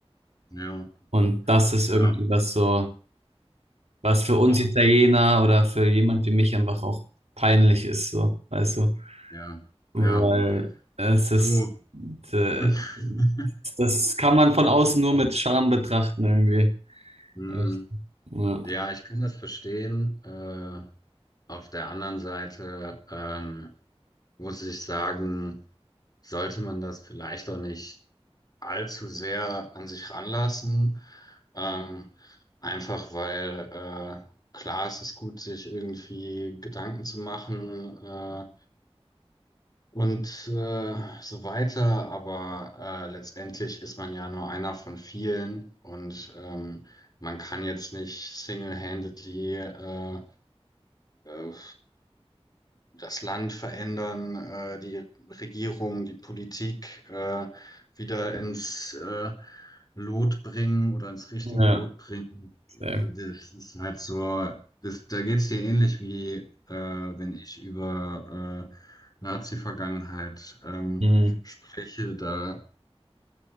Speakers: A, on the left (about 40°); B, on the right (about 85°).
A: Ja,
B: Und das ist
A: ja,
B: irgendwie was so. Was für uns
A: auch,
B: Italiener oder für jemand wie mich einfach auch peinlich ist, so, weißt du?
A: ja,
B: Weil
A: ja,
B: es ist,
A: du.
B: äh,
A: <laughs>
B: das kann man von außen nur mit Scham betrachten irgendwie.
A: Hm.
B: Echt. Ja,
A: Ja, ich kann das verstehen. Äh, auf der anderen Seite ähm, muss ich sagen, sollte man das vielleicht auch nicht allzu sehr an sich ranlassen. Ähm, einfach weil äh, klar, es ist gut, sich irgendwie Gedanken zu machen. äh, und äh, so weiter. Aber äh, letztendlich ist man ja nur einer von vielen und ähm, man kann jetzt nicht single-handedly äh, äh, das Land verändern, äh, die Regierung, die Politik äh, wieder ins äh, Lot bringen oder ins richtige
B: ja,
A: Lot bringen.
B: sehr.
A: Das ist halt so, das, da geht's dir ähnlich wie äh, wenn ich über äh, Nazi-Vergangenheit ähm,
B: Hm,
A: spreche. Da